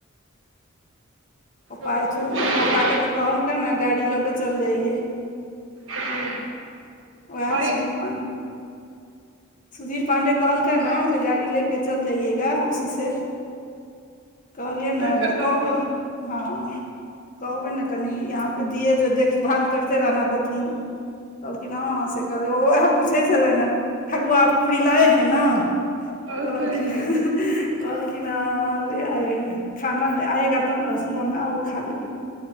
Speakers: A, on the left (about 40°); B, on the right (about 65°).
A: पप्पा
B: ओकर पक्षे
A: ऐथुन पप्पा के तऽ कहलकन है गाड़ी लऽ कऽ चल जाइये।
B: अथी
A: ओहे
B: बाइक
A: सुधीर पाण्डे सुधीर पाण्डे कहलकन
B: हँ
A: है जे गाड़ी लेऽ के चल जाइयएगा उसी सै। कहलियन
B: चारि
A: है ओकरा
B: चक्का
A: कहबैन
B: सँ
A: हाँ कहबयन ना कनी यहाँपे दियै जे देखभाल करते रेहना तऽ तुम कहलखिन हाँ हाँ से कहबै ओ ओहे पुछय छलन है। ठकुआ और पूरी लाऐ है ना
B: बहुत
A: कहलखिन।
B: चोरी भऽ गेल
A: कहलकिन हां -हा ले आऐ खाना ना आएगा तब ना सुबहमे आउ खा लेना।